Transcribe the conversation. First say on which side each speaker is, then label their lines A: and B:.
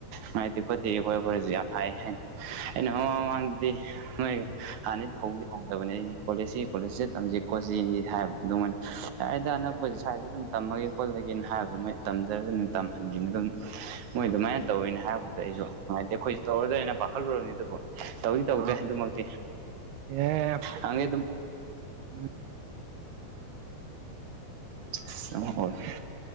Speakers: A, on the right (about 60°); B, on the right (about 75°).
A: ꯅꯨꯡꯉꯥꯏꯇꯦ ꯈꯣꯠꯇꯦ ꯑꯩꯈꯣꯏ <unintelligible> ꯌꯥꯝ ꯍꯥꯏ ꯍꯥꯏꯅ ꯑꯩꯅ ꯃꯃꯥꯡ ꯃꯃꯥꯡꯗꯗꯤ ꯍꯣꯏ ꯍꯥꯟꯅꯗꯤ ꯍꯧꯗꯤ ꯍꯧꯗꯕꯅꯦ ꯑꯩ ꯀꯣꯂꯦꯖꯁꯤ ꯀꯣꯂꯦꯖꯁꯤꯗ ꯇꯝꯁꯤ ꯈꯣꯠꯁꯤꯗꯤ ꯍꯥꯏꯕ ꯑꯗꯨ ꯃꯣꯏꯅꯥ ꯌꯥꯔꯦꯗꯥ ꯑꯅꯛꯄꯖꯤ ꯁ꯭ꯋꯥꯏꯗ ꯑꯗꯨꯝ ꯇꯝꯃꯒꯦ ꯈꯣꯠꯂꯒꯦꯅ ꯍꯥꯏꯕꯗꯨ ꯃꯣꯏ ꯇꯝꯖꯔꯁꯨꯅ ꯇꯝꯍꯟꯒꯨꯕꯅꯤ ꯑꯗꯨꯝ ꯃꯣꯏ ꯑꯗꯨꯃꯥꯏꯅ ꯇꯧꯋꯦꯅ ꯍꯥꯏꯕꯗ ꯑꯩꯁꯨ ꯉꯥꯏꯇꯦ ꯑꯩꯈꯣꯏꯁꯨ ꯇꯧꯔꯗ꯭ꯔꯅ ꯄꯥꯈꯠꯂꯨꯨꯔꯕꯅꯤ ꯑꯗꯨꯕꯨ ꯇꯧꯗꯤ ꯇꯧꯗ꯭ꯔꯦ
B: ꯑꯥ
A: ꯑꯗꯨꯃꯛꯇꯤ
B: ꯑꯦ ꯐꯩ
A: ꯈꯡꯗꯦ ꯑꯗꯨꯝ
B: ꯎꯝ
A: ꯑꯁ ꯑꯃꯨꯛ ꯍꯧꯔꯦ